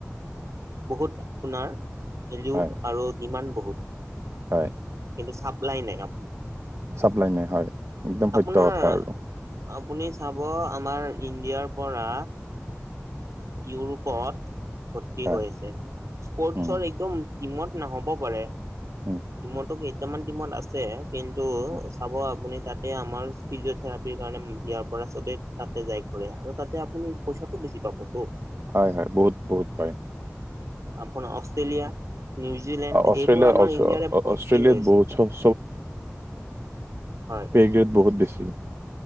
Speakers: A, on the right; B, on the right.
A: বহুত আপোনাৰ ভেলিউ
B: হয়
A: আৰু ডিমাণ্ড বহুত
B: হয়
A: কিন্তু চাপ্লাই নাই আপ
B: চাপ্লাই নাই হয়। একদম
A: আপোনাৰ
B: সত্য কথা আৰু
A: আপুনি চাব আমাৰ ইণ্ডিয়াৰ পৰা ইউৰোপত ভৰ্তি
B: হয়
A: হৈ আছে স্পৰ্টচৰ
B: উম,
A: একদম টিমত নহ'ব পাৰে টিমতো
B: উম,
A: কেইটামান টিমত আছে কিন্তু
B: উম।
A: চাব আপুনি তাত এই আমাৰ ফিজিঅ'থেৰাপিৰ কাৰণে ইয়াৰ পৰা চবেই তাতে যায় ঘৰেয়া আৰু তাতে আপুনি পইচাটো বেছি পাব। টো
B: হয় হয় বহুত বহুত পাৰে
A: আপোন অষ্ট্ৰেলিয়া নিউজিলেণ্ড
B: অষ্ট্ৰেলিয়া
A: এইবোৰ আমাৰ
B: অ-
A: ইণ্ডিয়াৰে ভৰ্তি
B: অ- অষ্ট্ৰেলিয়াত
A: হৈ আছে।
B: বহুত চ-
A: হয়
B: পেগৈত বহুত বেছি